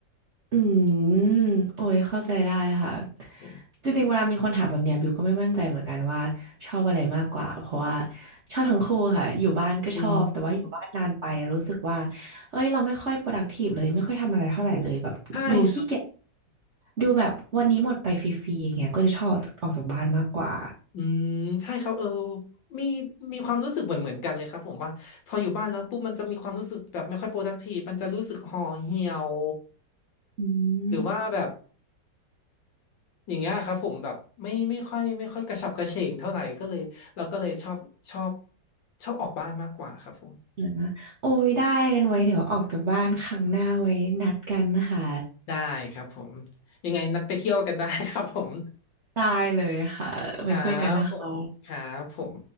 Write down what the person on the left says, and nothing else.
ผม
อืมอืม
ใช่ครับผม
อืมใช่ครับเออมีมีความรู้สึกเหมือนเหมือนกันเลยครับผมว่าพออยู่บ้านแล้วปุ๊บมันจะมีความรู้สึกแบบไม่ค่อย productive มันจะรู้สึกห่อเหี่ยว
หรือว่าแบบ
อย่างเงี้ยครับผมแบบไม่ไม่ค่อยไม่ค่อยกระฉับกระเฉงเท่าไหร่ก็เลยเราก็เลยชอบชอบชอบออกบ้านมากกว่าครับผม
ได้ครับผมยังไงนัดไปเที่ยวกันได้ครับผม
ครับผมครับผม